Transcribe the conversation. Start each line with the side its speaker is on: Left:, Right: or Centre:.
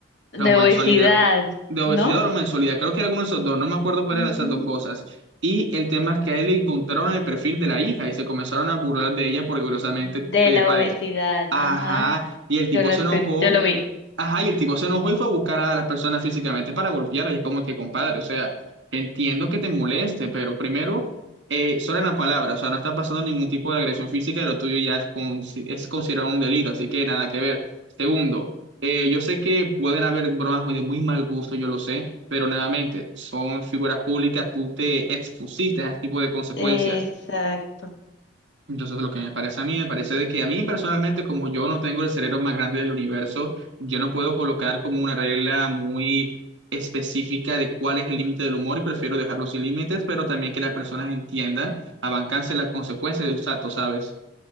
Left: De
Right: la mensualidad.
Left: obesidad,
Right: De obesidad
Left: ¿no?
Right: o mensualidad. Creo que era alguno de esos dos. No me acuerdo cuál
Left: Ujú.
Right: era de esas dos cosas. Y el tema es que a él le encontraron el perfil de la hija y se comenzaron a burlar de ella porque curiosamente.
Left: De
Right: eh,
Left: la
Right: pare-
Left: obesidad,
Right: Ajá.
Left: ajá.
Right: Y el tipo
Left: Yo lo
Right: se
Left: escu-
Right: enojó.
Left: yo lo vi.
Right: Ajá. Y el tipo se enojó y fue a buscar a las personas físicamente para golpearla. Y como que, compadre, o sea, entiendo que te moleste, pero primero, eh, solo en la palabra. O sea, no está pasando ningún tipo de agresión física y lo tuyo ya es, con- es considerado un delito. Así que nada que ver. Segundo. Eh, yo sé que pueden haber bromas muy de muy mal gusto, yo lo sé, pero nuevamente, son figuras públicas, tú te expusiste a ese tipo de consecuencias.
Left: Exacto.
Right: Entonces, lo que me parece a mí, me parece de que a mí personalmente, como yo no tengo el cerebro más grande del universo, yo no puedo colocar como una regla muy específica de cuál es el límite del humor y prefiero dejarlo sin límites, pero también que las personas entiendan, abancarse las consecuencias de sus actos, ¿sabes?